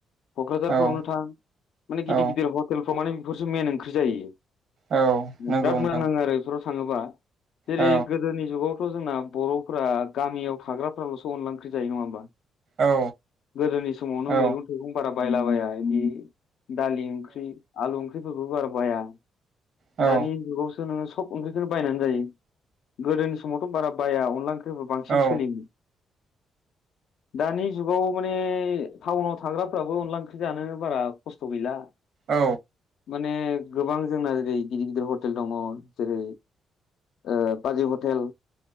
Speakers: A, on the left; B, on the right.
A: कक्राझारफोरावनो
B: औ
A: थां माने गिदिर
B: औ
A: गिदिर हट माने बेफोरसो ओंख्रि जायो
B: औ नंगौ
A: बिराद
B: नोंथां
A: मोजां नांङो आरो थाङोबा जेरै
B: औ
A: गोदोनि जुगाव थ जोंना बर'फोरा गामियाव थाग्राफोरालसो अनला ओंख्रि जायो नङा होमबा
B: औ
A: गोदोनि समाव नों
B: औ
A: मैगं थाइगं बारा बायलाबाया इदि दालि ओंख्रि आलु ओंख्रिफोरखौबो बारा बाया
B: औ
A: दानि जुगावसो नोङो सब ओंख्रिखौनो बायनानै जायो गोदोनि समावथ' बारा बाया अनला ओंख्रि फोरबो बांसिन
B: औ
A: सोलियोमोन दानि जुगाव माने टाउनाव थाग्राफ्राबो अनला ओंख्रि जानो बारा खस्थ' गैला
B: औ
A: माने गोबां जोंना जेरै गिदिर गिदिर हटेल दङ जेरै ओ बाजै हटेल